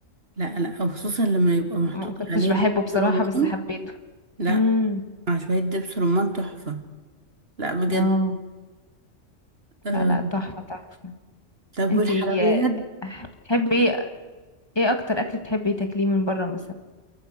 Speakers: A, on the right; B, on the left.
A: لا لا وخصوصا لما يبقى
B: ما
A: محطوط
B: كنتش
A: عليه
B: بحبه
A: دبس
B: بصراحة
A: رمان
B: بس حبيته
A: لا
B: امم
A: مع شوية دبس رمان تحفة لا بجد
B: اه
A: أه.
B: لا لا تحفة تحفة
A: طب
B: انتي
A: والحلويات
B: بتحبي ايه ايه اكتر اكل بتحبي تاكليه من بره مثلا